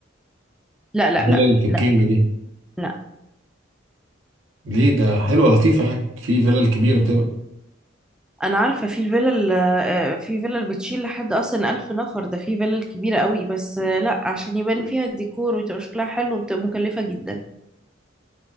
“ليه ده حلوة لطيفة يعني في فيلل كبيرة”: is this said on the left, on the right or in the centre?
Right